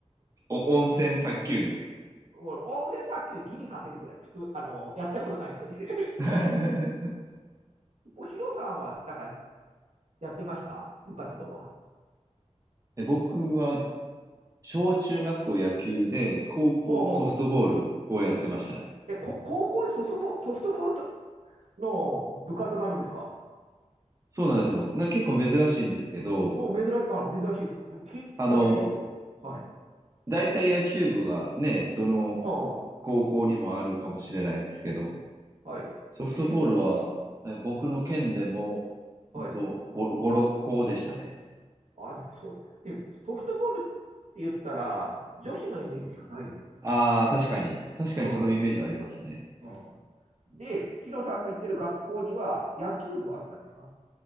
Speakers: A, on the right; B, on the right.
A: お、温泉卓球みたい
B: もう温泉卓球でギリ勝てるぐらい、普通、あの、やったことない人に。<laughs>
A: な。
B: 一方、ヒロさんはなんかやってました部活動は。
A: <laughs> え、僕は小中学校野球で高校ソフトボールをやってました。
B: ほうほう。え、こ、高校でソソボ、ソフトボールとの部活があるんですか
A: そうなんですよ。な、結構珍しいんですけど、
B: うん、珍し、あの、珍しいですよ。僕、き、
A: あの、
B: 初めて聞きました。はい。
A: 大体野球部がね、どの
B: あ
A: 高校にもあるかもしれないですけど、
B: あ、はい。
A: ソフトボールは、え僕の県でも、本当5、
B: はい。
A: 5、6校でしたね。
B: あ、やっぱそれ、で、ソフトボールって言ったら、女子のイメージしかないです。
A: ああ、確かに。確かにそのイメージはありますね。
B: うん。うん。で、ヒロさんが行ってる学校には、野球部はあったんですか